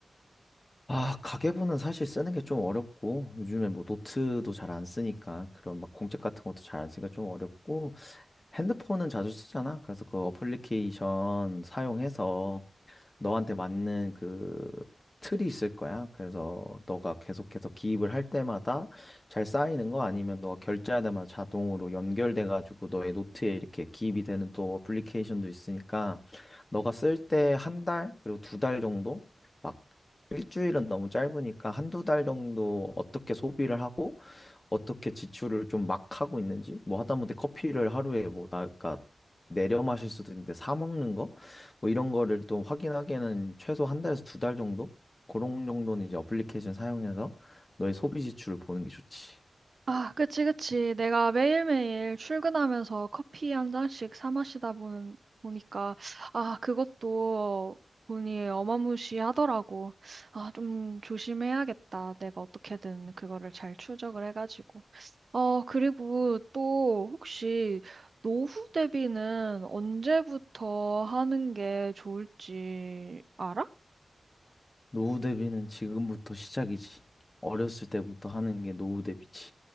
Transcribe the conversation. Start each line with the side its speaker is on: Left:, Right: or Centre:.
Left: 아, 가계부는 사실 쓰는 게 좀 어렵고 요즘에 뭐 노트도 잘 안 쓰니까 그런 막 공책 같은 것도 잘 안 쓰니까 좀 어렵고 핸드폰은 자주 쓰잖아. 그래서 그 어플리케이션 사용해서 너한테 맞는 그 틀이 있을 거야. 그래서 너가 계속해서 기입을 할 때마다 잘 쌓이는 거 아니면 너가 결제할 때마다 자동으로 연결돼 가지고 너의 노트에 이렇게 기입이 되는 또 어플리케이션도 있으니까 너가 쓸 때 한 달, 그리고 두 달 정도 막 일주일은 너무 짧으니까 한 두 달 정도 어떻게 소비를 하고 어떻게 지출을 좀 막 하고 있는지, 뭐 하다못해 커피를 하루에 뭐, 나, 까 내려 마실 수도 있는데 사 먹는 거? 뭐 이런 거를 또 확인하기에는 최소 한 달에서 두 달 정도? 그런 정도는 이제 어플리케이션 사용해서 너의 소비 지출을 보는 게 좋지.
Right: 아, 그치, 그치. 내가 매일매일 출근하면서 커피 한 잔씩 사 마시다 보는, 보니까, 아, 그것도 돈이 어마무시하더라고. 아, 좀 조심해야겠다. 내가 어떻게든 그거를 잘 추적을 해가지고. 어, 그리고 또 혹시 노후 대비는 언제부터 하는 게 좋을지 알아?
Left: 노후 대비는 지금부터 시작이지. 어렸을 때부터 하는 게 노후 대비지.